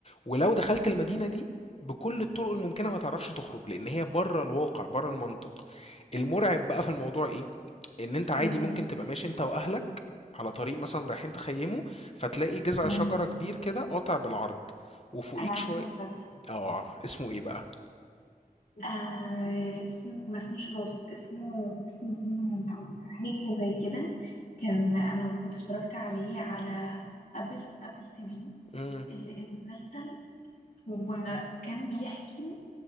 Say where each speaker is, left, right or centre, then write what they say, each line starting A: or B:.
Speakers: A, on the left (about 45°); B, on the left (about 75°).
A: ولو دخلت المدينة دي بكل الطرق الممكنة ما تعرفش تخرج لأن هي بره الواقع بره المنطق المرعب بقى في الموضوع إيه؟ إن أنت عادي
B: آه،
A: ممكن تبقى ماشي أنت وأهلك على طريق مثلا رايحين تخيموا فتلاقي جذع
B: آه،
A: شجرة كبير كده قاطع بالعرض وفوقيك
B: انا عرفت
A: شوية
B: المسلسل
A: اه اسمه ايه بقى؟
B: آه اسمه ما اسموش لوست اسمه اسمه هيومن او حاجه زي كده كان انا كنت اتفرجت عليه على ابل ابل تي في
A: مم.
B: ال- المسلسل هو كان بيحكي